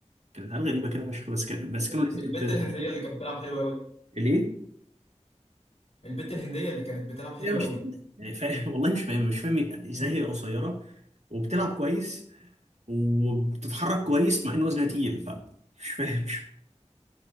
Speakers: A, on the right; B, on the left.
A: كانت عيال غريبه كده فشخ بس كان بس كانوا لذيذ
B: البت الهنديه
A: برضه
B: اللي كانت بتلعب حلوه قوي
A: ليه؟
B: البت الهنديه اللي كانت بتلعب حلوه
A: لا مش
B: قوي
A: فاهم يعني فا- والله مش فاهم مش فاهم ازاي هي قصيره وبتلعب كويس وبتتحرك كويس مع ان وزنها تقيل فمش فاهم